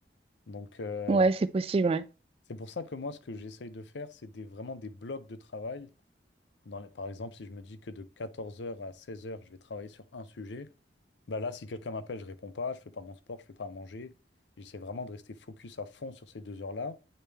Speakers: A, on the left; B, on the right.
A: Donc, euh,
B: Ouais, c'est possible, ouais.
A: c'est pour ça que moi, ce que j'essaye de faire, c'est des, vraiment des blocs de travail. Dans les- par exemple, si je me dis que de quatorze heures à seize heures, je vais travailler sur un sujet, bah là, si quelqu'un m'appelle, je réponds pas, je fais pas mon sport, je fais pas à manger. J'essaie vraiment de rester focus à fond sur ces deux heures-là.